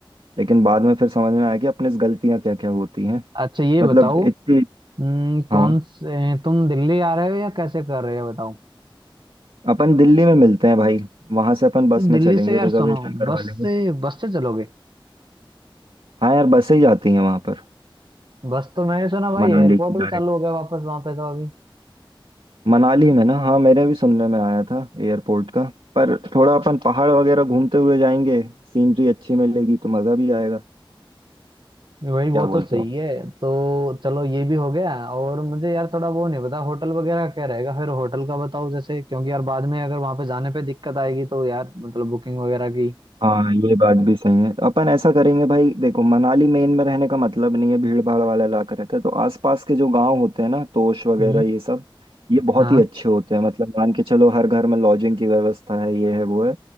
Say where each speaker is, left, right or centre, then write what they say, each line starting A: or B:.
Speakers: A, on the right (about 75°); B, on the right (about 60°).
A: लेकिन बाद में फिर समझ में आया कि अपने से गलतियाँ क्या क्या होती हैं
B: अच्छा ये
A: मतलब
B: बताओ
A: इतनी
B: हम्म,
A: हाँ
B: कौन से तुम दिल्ली आ रहे हो या कैसे कर रहे हो बताओ
A: अपन दिल्ली में मिलते हैं भाई वहां से अपन बस
B: तो दिल्ली
A: में चलेंगे
B: से यार
A: रिजर्वेशन
B: सुनो
A: करवा
B: बस
A: लेंगे
B: से बस से चलोगे
A: हाँ यार बसें ही जाती हैं वहां पर
B: बस तो मैंने सुना भाई
A: मनाली
B: एयरपोर्ट
A: की डायरेक्ट
B: भी चालू हो गया वापस वहां पे तो अभी
A: मनाली में ना हाँ मेरे भी सुनने में आया था एयरपोर्ट का पर थोड़ा अपन पहाड़ वगैरह घूमते हुए जाएंगे सीनरी अच्छी मिलेगी तो मजा भी आएगा
B: भाई वो
A: क्या बोलते
B: तो सही
A: हो
B: है तो चलो ये भी हो गया और मुझे यार थोड़ा वो नहीं पता होटल वगैरह का क्या रहेगा फिर होटल का बताओ जैसे क्योंकि यार बाद में अगर वहां पे जाने पे दिक्कत आएगी तो यार मतलब बुकिंग वगैरह की
A: हाँ ये बात भी सही है अपन ऐसा करेंगे भाई देखो मनाली मेन में रहने का मतलब नहीं है भीड़ भाड़ वाला इलाका रहता है तो आसपास के जो गांव होते हैं ना तोश वगैरह
B: हम्म
A: ये सब ये बहुत
B: हाँ
A: ही अच्छे होते हैं मतलब मान के चलो हर घर में लॉजिंग की व्यवस्था है ये है वो है